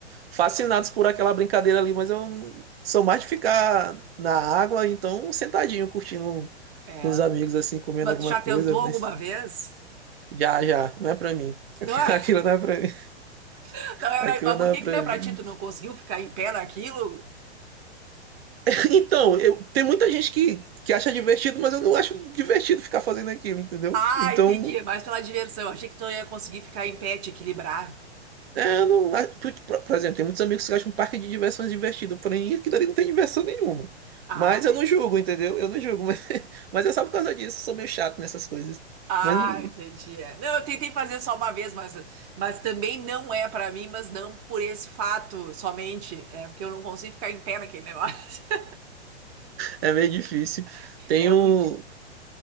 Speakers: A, on the right; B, on the right.
A: fascinados por aquela brincadeira ali, mas eu não- sou mais de ficar na água, então sentadinho, curtindo
B: É.
A: com os amigos, assim, comendo
B: Mas
A: alguma
B: tu já
A: coisa,
B: tentou alguma
A: mas
B: vez?
A: já, já, não é pra mim.
B: Não
A: <laughs>
B: é?
A: Aquilo não é pra mim.
B: <laughs> Não é,
A: Aquilo
B: pra- mas
A: não
B: por que
A: é pra
B: que não é
A: mim.
B: pra ti? Tu não conseguiu ficar em pé naquilo?
A: <laughs> Então, eu, tem muita gente que, que acha divertido, mas eu não acho divertido ficar fazendo aquilo, entendeu?
B: Ah,
A: Então,
B: entendi. É mais pela diversão. Achei que tu não ia conseguir ficar em pé, te equilibrar.
A: É, não, a- por, por exemplo, tem muitos amigos que acham um parque de diversões divertido, porém aquilo ali não tem diversão nenhuma.
B: Ah,
A: Mas eu não julgo, entendeu? Eu não julgo, mas, <laughs> mas é só por causa disso, eu sou meio chato nessas coisas.
B: ah,
A: Mas não-
B: entendi. É. Não, eu tentei fazer só uma vez, mas, mas também não é pra mim, mas não por esse fato somente. É porque eu não consigo ficar em pé naquele negócio. <laughs>
A: é meio difícil. Tem
B: É
A: um.
B: muito.